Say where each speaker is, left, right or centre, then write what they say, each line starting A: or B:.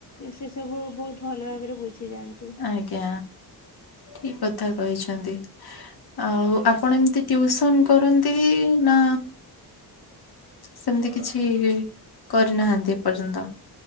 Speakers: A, on the left; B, on the left.
A: ସବୁ ବହୁତ ଭଲ ଭାବରେ ବୁଝିଯାଆନ୍ତି।
B: ଆଜ୍ଞା ଠିକ୍ କଥା କହିଛନ୍ତି। ଆଉ ଆପଣ ଏମିତି ଟିଉସନ୍ କରନ୍ତି ନା ସେମତି? କିଛି କରିନାହାନ୍ତି ଏପର୍ଯ୍ୟନ୍ତ